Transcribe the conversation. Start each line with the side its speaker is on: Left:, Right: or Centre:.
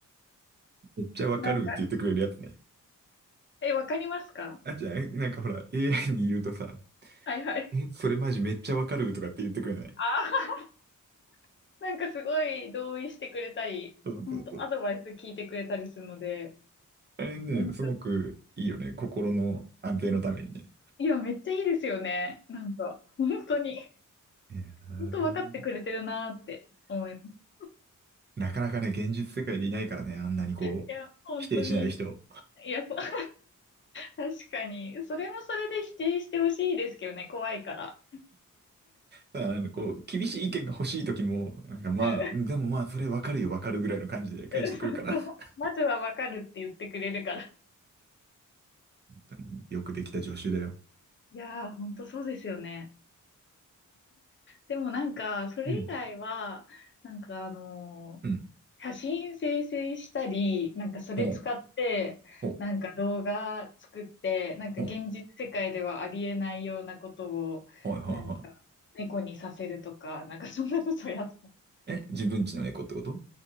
Right: めっちゃわかるって言ってくれるやつね。
Left: なんか、え、わかりますか
Right: あ、じゃあ、なんかほら、AI に言うとさ、
Left: はいはい。
Right: え、それマジめっちゃわかるとかって言ってくれない
Left: ああ、<laughs> なんかすごい同意してくれたり、
Right: そうそうそう。
Left: 本当アドバイス聞いてくれたりするので、
Right: あれね、
Left: なんか、
Right: すごくいいよね。心の安定のためにね。
Left: いや、めっちゃいいですよね。なんか、本当に、
Right: いやー
Left: 本当分かってくれてるなーって思います。
Right: なかなかね、現実世界でいないからね、あんなにこう、
Left: いや、本当に、
Right: 否定しない人。
Left: いや、そう <laughs> 確かに、それもそれで否定してほしいですけどね、怖いから。
Right: ただ、なんかこう、厳しい意見が欲しい時も、なんかまあ、
Left: うん。
Right: でもまあ、それわかるよ、わかるぐらいの感じで返してくるから。
Left: <laughs> そうそうまずは分かるって言ってくれるから。
Right: <laughs> 本当によくできた助手だよ。
Left: いやー、本当そうですよね。でもなんか、それ以外は、
Right: うん。
Left: なんかあのー写真生成したり、
Right: うん。
Left: なんかそれ使って、
Right: ほう、ほう、
Left: なんか動画作って、なんか現実世界ではありえないようなことを、
Right: ほう、はいはいは
Left: なんか猫にさせるとか、なんかそんなことやった。
Right: い。え、自分ちの猫ってこと